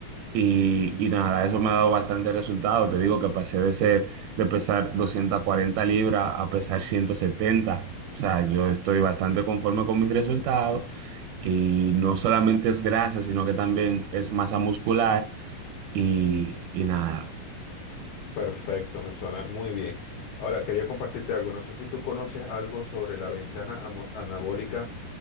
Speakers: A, on the right; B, on the left.
A: y, y nada, eso me ha dado bastante resultado. Te digo que pasé de ser, de pesar 240 libras a pesar ciento setenta O sea, yo estoy bastante conforme con mis resultados y no solamente es grasa, sino que también es masa muscular y, y nada.
B: Perfecto, me suena muy bien. Ahora, quería compartirte algo. No sé si tú conoces algo sobre la ventana amo- anabólica